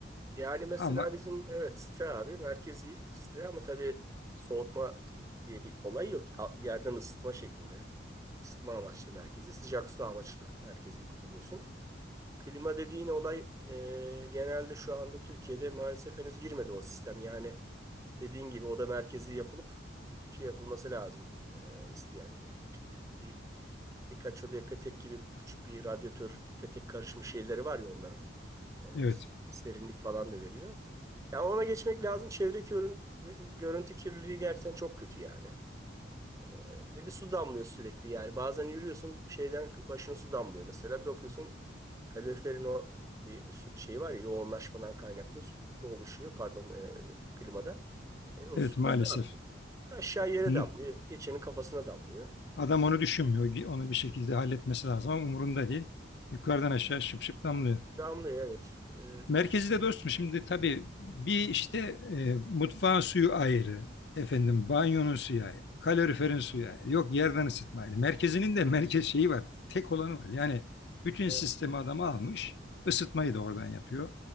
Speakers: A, on the right; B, on the left.
A: Yani mesela
B: Ama
A: bizim evet site abi merkezi site ama tabii soğutma diye bir olay yok. A- Yerden ısıtma şeklinde. Isıtma amaçlı merkezi, sıcak su amaçlı merkezi kullanıyorsun. Klima dediğin olay e, genelde şu anda Türkiye'de maalesef henüz girmedi o sistem. Yani dediğin gibi o da merkezi yapılıp şey yapılması lazım. E, isteyen ne bileyim işte bir, bir birkaç odaya petek gibi küçük bir radyatör petek karışmış şeyleri var ya onların. E,
B: evet,
A: serinlik falan da veriyor. Yani ona geçmek lazım. Çevre görün- görüntü kirliliği gerçekten çok kötü yani. E, ve de su damlıyor sürekli. Yani bazen yürüyorsun şeyden başına su damlıyor mesela. Bir bakıyorsun kaloriferin o bir su- şey var ya yoğunlaşmadan kaynaklı su oluşuyor pardon e, klimada. E, o
B: evet
A: su
B: maalesef.
A: da ne yapıyor? Aşağı yere
B: Hı.
A: damlıyor. Geçenin kafasına damlıyor.
B: Adam onu düşünmüyor. Onu bir şekilde halletmesi lazım ama umurunda değil. Yukarıdan aşağı şıp şıp damlıyor.
A: Damlıyor evet. E,
B: Merkezi de dostum şimdi tabii bir işte e, mutfağın suyu ayrı, efendim banyonun suyu ayrı, kaloriferin suyu ayrı, yok yerden ısıtma ayrı. Merkezinin de merkez şeyi var, tek olanı var. Yani bütün
A: e,
B: sistemi adamı almış, ısıtmayı da oradan yapıyor,